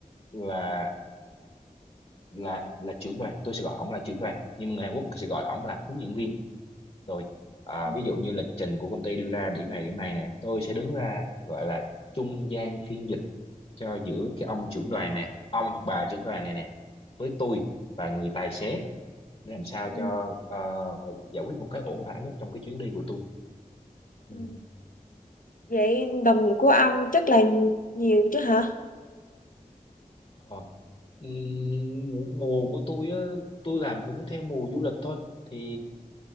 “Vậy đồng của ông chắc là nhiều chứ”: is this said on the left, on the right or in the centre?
Left